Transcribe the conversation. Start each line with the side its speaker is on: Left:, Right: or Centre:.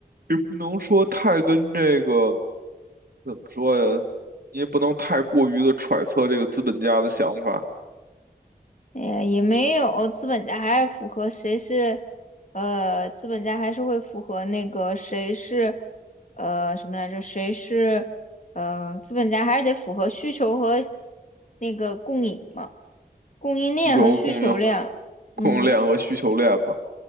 Right: 也不能说太跟这个。怎么说呀？你也不能太过于的揣测这个资本家的想法，
Left: 哎呀，也没有，资本家还是符合谁是，呃，资本家还是会符合那个谁是，呃，什么来着？谁是，呃，资本家还是得符合需求和那个供应嘛。供应链和需求量，
Right: 需求和供应、
Left: 嗯，
Right: 供应链和需求链嘛。